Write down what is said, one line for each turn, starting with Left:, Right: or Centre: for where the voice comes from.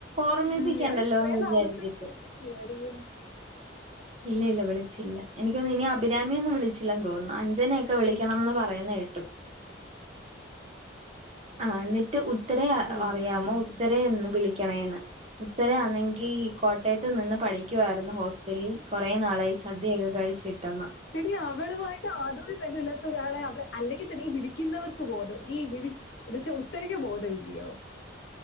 Right: ഓർമ്മിപ്പിക്കെണ്ടല്ലോ
Left: ഉം ഞാൻ ഇത്രയും
Right: ന്ന് വിചാരിച്ചിട്ട്
Left: താമസിച്ചോണ്ട് വിളിക്കത്തില്ലായിരിക്കും
Right: ഇല്ല ഇല്ല വിളിച്ചില്ല എനിക്കൊന്നു ഇനി അഭിരാമിയൊന്നും വിളിച്ചില്ലന്ന് തോന്നുന്നു അഞ്ചനെയൊക്കെ വിളിക്കണംന്ന് പറ പറയുന്നേ കേട്ടു അഹ് ന്നിട്ട് ഉത്തരെ അ
Left: ഉം
Right: അറിയാമോ
Left: ഉം ഉം
Right: ഉ ന്ന് വിളിക്കണെ ന്ന് ഉത്തരയാന്നെങ്കി കോട്ടയത്ത് നിന്ന് പഠിക് ക്കുവായിരുന്നു ഹോസ്റ്റലിൽ കുറേ നാളായി സദ്യയൊക്കെ കഴിച്ചിട്ടോന്ന്
Left: എടി അവളുമായിട്ട് ആതൊരു ബന്ധമില്ലാത്ത ഒരാളെ അവള് അല്ലെങ്കിൽ തന്നെ ഈ വിളിക്കുന്നവർക്ക് ബോധം ഈ വിളി ത്ച്ചാ ഉത്തരയ്ക്കും ബോധല്ല്യോ